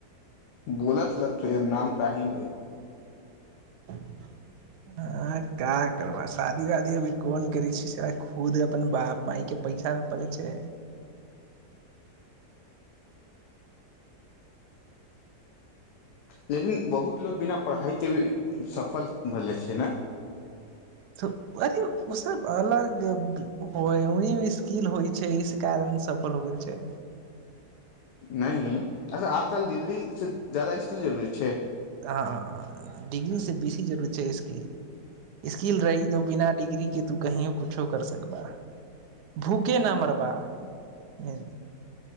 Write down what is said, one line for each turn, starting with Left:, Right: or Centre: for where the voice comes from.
Left: बोल छल ल तो नाम तऽही ल
Right: आ क करबा शादी वादी अभी कोन करै छै स खुद अपन बाप माय के पैसा मे पलै छै
Left: लेकिन बहुत लोक बिना पढ़ाइके भी सफल भेलै छै ने
Right: तऽ अथी ओसभ अलग होइ ओहमे स्किल होइ छै इस कारण सफल हो गेल छै
Left: नहि अच्छा आजकल दिल्लीसँ जदाा स्टील जरूरी छै
Right: हँ डिग्री से बेसी जरूरत छै स्किल स्किल रही तो बिना डिग्री कि तू कहयो कुछो कर सकबा भूखे न मरबा <inaudible>